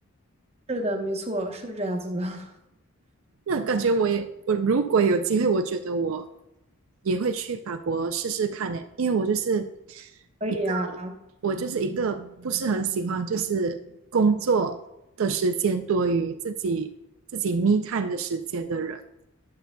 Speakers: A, on the right (about 30°); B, on the right (about 65°).
A: 是的，没错，是这样子的。<laughs>
B: 那感觉我也，我如果有机会，我觉得我也会去法国试试看呢，因为我就是
A: 可以呀、
B: 一个，我就是一个不是很喜欢就是工作的时间多于自己自己 me time 的时间的人。